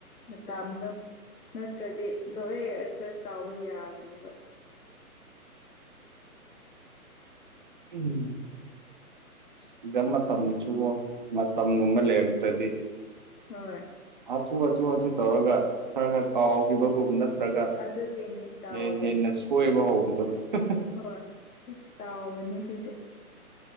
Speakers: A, on the left; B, on the right.
A: ꯃꯇꯥꯝꯗꯣ ꯅꯠꯇ꯭ꯔꯗꯤ ꯂꯣꯏ ꯑꯟꯁꯔꯁ ꯇꯥꯎꯕ ꯌꯥꯕꯅꯦꯕ
B: ꯎꯝ ꯁꯤꯖꯥꯝ ꯃꯇꯝꯗꯁꯨ ꯃꯇꯝꯒꯨꯝꯕ ꯂꯩꯔꯛꯇꯔ꯭ꯗꯤ
A: ꯍꯣꯏ
B: ꯍꯥꯊꯨ ꯍꯥꯊꯨ ꯍꯥꯊꯨ ꯇꯧꯔꯒ ꯈꯔ ꯈꯔ ꯀꯥꯎꯈꯤꯕꯒꯨꯝꯅ ꯇ꯭ꯔꯒ
A: ꯑꯗꯨꯒꯤꯅꯤ ꯇꯥꯎꯕꯅꯤ
B: ꯃꯦꯟꯅ ꯃꯦꯟꯅ ꯁꯣꯏꯕ ꯍꯧꯕꯗꯣ <unintelligible>
A: ꯍꯣꯏ ꯏꯁ ꯇꯥꯎꯕꯅꯦ ꯑꯗꯨꯗꯤ